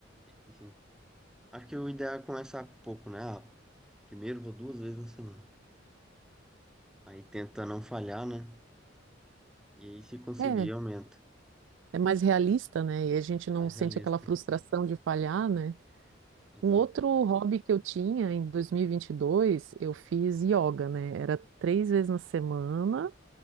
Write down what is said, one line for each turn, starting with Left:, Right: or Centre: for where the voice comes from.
Centre: Enfim. Acho que o ideal é começar pouco, né? Ah, primeiro vou duas vezes na semana. Aí tenta não falhar, né? E aí se conseguir,
Right: É.
Centre: aumenta.
Right: é mais realista, né? E a gente não
Centre: Mais
Right: sente
Centre: realista.
Right: aquela frustração de falhar, né?
Centre: Exato.
Right: Um outro hobby que eu tinha em 2022, eu fiz yoga, né? Era três vezes na semana